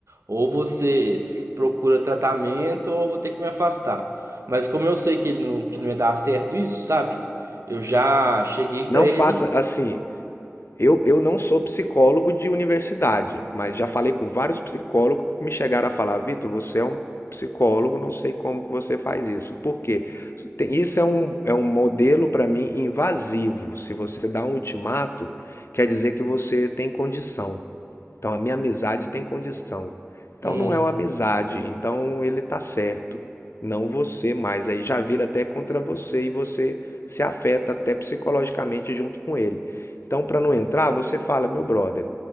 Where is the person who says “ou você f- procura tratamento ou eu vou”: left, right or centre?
Right